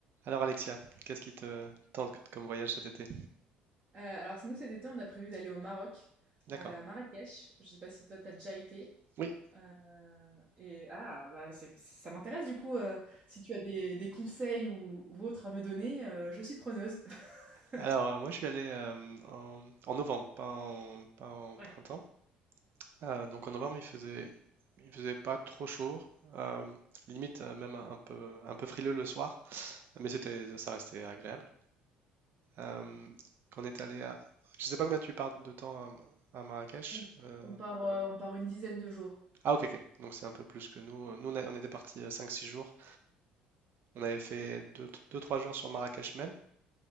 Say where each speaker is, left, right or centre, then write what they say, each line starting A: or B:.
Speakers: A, on the right; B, on the right.
A: Alors Alexia, qu'est-ce qui te tente comme voyage cet été?
B: Heu, alors nous cet été, on a prévu d'aller au Maroc,
A: D'accord.
B: à Marrakech. Je sais pas si toi t'as déjà été?
A: Oui.
B: Heu et ah bah, c'est ça m'intéresse du coup, heu, si tu as des des conseils ou ou autres à me donner, heu, je suis preneuse. <laughs>
A: Alors euh, moi je suis allé euh, en, en novembre, pas en, pas en
B: Ouais.
A: printemps. Euh, donc en novembre il faisait il faisait pas trop chaud, euh, limite euh, même un peu un peu frileux le soir, mais c'était ça restait agréable. Euh, quand on est allé à je sais pas combien tu pars de temps à, à Marrakech.
B: On
A: euh,
B: on part, heu, on part une dizaine de jours.
A: Ah ok ok donc c'est un peu plus que nous. Nous on, a- on était partis euh, cinq six jours. On avait fait deux trois jours sur Marrakech même.